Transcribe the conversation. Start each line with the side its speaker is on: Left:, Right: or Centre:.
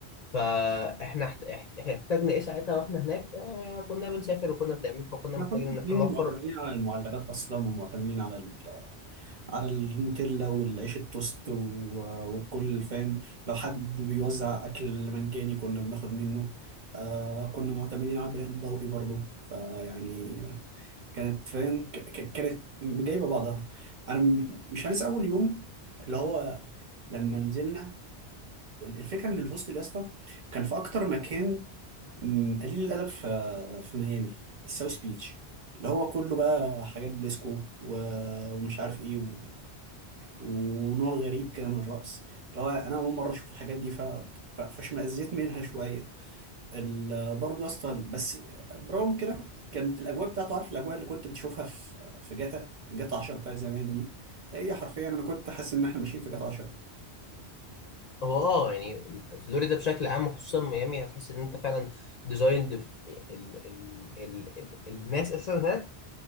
Left: فاحنا احت- احت- احتاجنا ايه ساعتها واحنا هناك آه كنا بنسافر وكنا بنعمل فكنا
Right: احنا
Left: محتاجين
Right: كنا
Left: ان
Right: واخدين
Left: احنا نوفر
Right: معتمدين على المعلبات اصلا ومعتمدين على على النوتيلا والعيش التوست و- وكل فاهم لو حد بيوزع أكل مجاني كنا بناخد منه آه كنا معتمدين على البناء الضوئي برضه فيعني كانت فاهم ك- ك- كانت جايبة بعضها أنا م- مش هنسى أول يوم اللي هو لما نزلنا الفكرة إن الهوستل يا اسطى كان في أكتر مكان م، قليل الأدب في في ميامي الساوث بيتش اللي هو كله بقى حاجات ديسكو و- ومش عارف ايه ونوع غريب كده من الرقص اللي هو انا اول مره اشوف الحاجات دي ف... ف... فاشمئزيت منها شويه ال... برضه يا اسطى بس برغم كده كانت الاجواء بتاعته عارف الاجواء اللي كنت بتشوفها في في جاتا جاتا 10 بتاعت زمان دي هي حرفيا انا كنت حاسس ان احنا ماشيين في جاتا 10
Left: هو اه يعني فلوريدا بشكل عام وخصوصا ميامي هتحس ان انت فعلا ديزايند ال ال ال ال الناس اساسا هناك